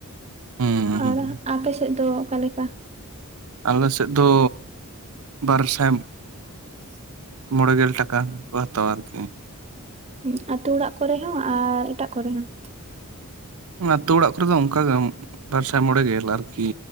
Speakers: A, on the right; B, on the right.
A: ᱦᱩᱸ ᱦᱩᱸ
B: ᱟᱨ ᱟᱯᱮ ᱥᱮᱫ ᱫᱚ ᱚᱠᱟ ᱞᱮᱠᱟ
A: ᱟᱞᱮ ᱥᱮᱫ ᱫᱚ ᱵᱟᱨ ᱥᱟᱭ
B: <inaudible>
A: ᱢᱚᱬᱮ ᱜᱮᱞ ᱴᱟᱠᱟ ᱠᱚ ᱦᱟᱛᱟᱣᱟ ᱟᱨᱠᱤ
B: ᱦᱩᱸ ᱟᱹᱛᱩ ᱚᱲᱟᱜ ᱠᱚᱨᱮ ᱦᱚᱸ ᱟᱨ ᱮᱴᱟᱜ ᱠᱚᱨᱮ ᱦᱚᱸ
A: ᱟᱹᱛᱩ ᱚᱲᱟᱜ ᱠᱚᱨᱮ ᱫᱚ ᱚᱱᱠᱟᱜᱮᱢ ᱵᱟᱨᱥᱟᱭ ᱢᱚᱬᱮ ᱜᱮᱞ ᱟᱨᱠᱤ